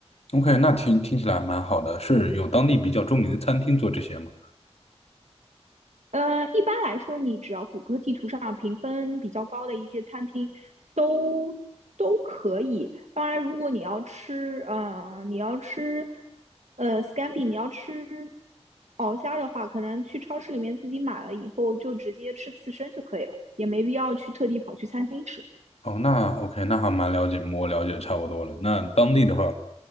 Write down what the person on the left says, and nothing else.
OK，那听听起来蛮好的，是有当地比较著名的餐厅做这些吗？
哦，那 OK，那还蛮了解，我了解的差不多了。那当地的话，